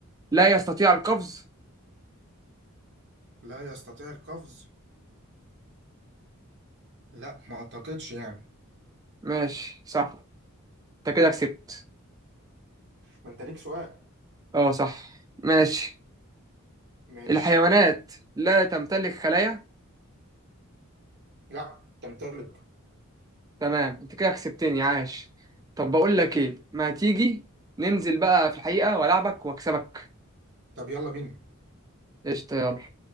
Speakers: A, on the right; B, on the right.
A: لا يستطيع القفز
B: لا يستطيع القفز لا ما اعتقدش يعني
A: ماشي صح انت كده كسبت
B: ما انت ليك سؤال
A: اه صح ماشي
B: ماشي
A: الحيوانات لا تمتلك خلايا
B: لا تمتلك
A: تمام انت كده كسبتني عاش طب بقول لك ايه ما تيجي ننزل بقى في الحقيقة والعبك واكسبك
B: طب يلا بينا
A: قشطة يلا